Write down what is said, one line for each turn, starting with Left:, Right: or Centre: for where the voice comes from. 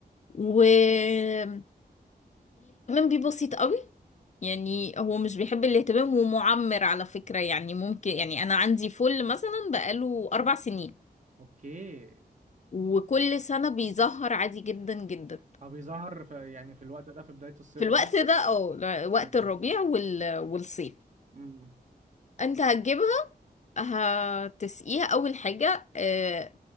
Left: والاهتمام بيه بسيط قوي يعني هو مش بيحب الاهتمام ومعمر على فكرة يعني ممكن يعني أنا عندي فل مثلا بقاله أربع سنين
Right: اوكي
Left: وكل سنة بيزهر عادي جدا جدا
Right: هو بيظهر في يعني في الوقت ده في بدايه الصيف
Left: في الوقت
Right: دايما
Left: ده أو ل- وقت
Right: امم
Left: الربيع وال... والصيف
Right: امم
Left: أنت هتجيبها هتسقيها أول حاجة آه،